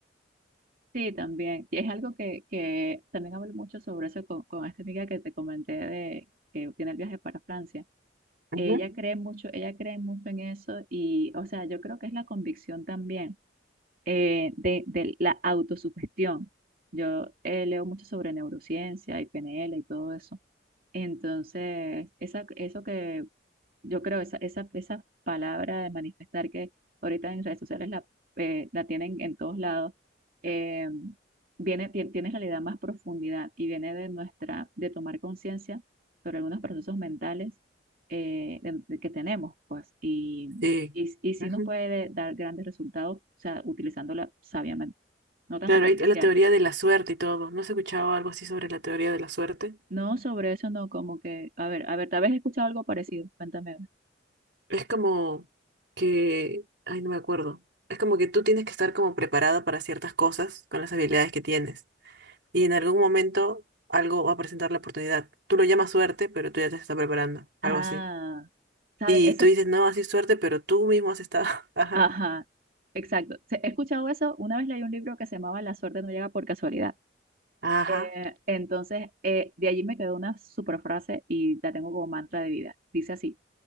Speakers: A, on the right; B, on the right.
A: Sí, también. Y es algo que, que también hablo mucho sobre eso con, con esta amiga que te comenté de que tiene el viaje para Francia.
B: Ujú.
A: Ella cree mucho, ella cree mucho en eso y, o sea, yo creo que es la convicción también. eh, de, de la autosugestión. Yo eh, leo mucho sobre neurociencia y PNL y todo eso. Entonces, esa, eso que yo creo esa, esa, esa palabra de manifestar que ahorita en redes sociales la, eh, la tienen en todos lados, eh, viene, tien- tiene en realidad más profundidad y viene de nuestra, de tomar conciencia sobre algunos procesos mentales eh, de- de que tenemos, pues, y,
B: Sí.
A: y, y sí
B: ujú.
A: nos puede dar grandes resultados, o sea, utilizándola sabiamente, no tan
B: Claro,
A: superficial.
B: hay la teoría de la suerte y todo. ¿No has escuchado algo así sobre la teoría de la suerte?
A: No, sobre eso no, como que, a ver, a ver, tal vez he escuchado algo parecido, cuéntame. a ver.
B: Es como que... Ay, no me acuerdo. Es como que tú tienes que estar como preparado para ciertas cosas con las habilidades que tienes. y en algún momento algo va a presentar la oportunidad. Tú lo llamas suerte, pero tú ya te estás preparando,
A: Ah,
B: algo así.
A: ¿sabes?
B: Y
A: Eso,
B: tú dices, no, así es suerte, pero tú mismo has estado. <laughs> Ajá,
A: Ajá, exacto. Se- He escuchado eso. Una vez leí un libro que se llamaba La suerte no llega por casualidad.
B: ajá.
A: Eh, entonces, eh, de allí me quedó una super frase y la tengo como mantra de vida. Dice así,